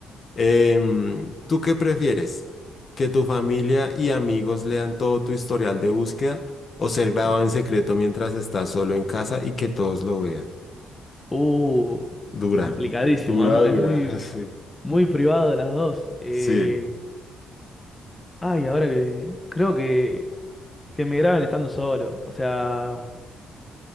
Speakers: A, on the left (about 40°); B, on the left (about 20°).
A: Em, ¿tú qué prefieres? ¿Que tu familia y amigos lean todo tu historial de búsqueda o ser grabado
B: ¿no?
A: en secreto mientras estás solo en casa y que todos lo vean?
B: Uh,
A: Dura,
B: complicadísimo.
A: dura,
B: Es, mu- es
A: dura.
B: muy,
A: <laughs>
B: muy privado de las dos. Eh,
A: Sí, sí,
B: ay, ahora que creo que, que me graben estando solo. O sea,